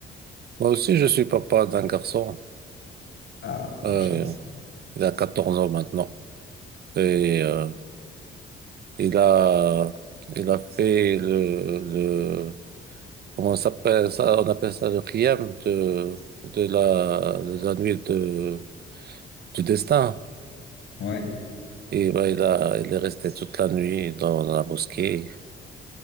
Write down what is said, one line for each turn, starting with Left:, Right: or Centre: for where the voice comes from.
Right: Moi aussi, je suis papa d'un garçon.
Left: Ah,
Right: Euh,
Left: machallah.
Right: il a 14 ans maintenant. Et euh, Il a, il a fait le, le, comment ça s'appelle ça? On appelle ça le Qiyam de, de la, de la nuit de, du destin.
Left: Ouais.
Right: Et ben, il a, il est resté toute la nuit dans la mosquée.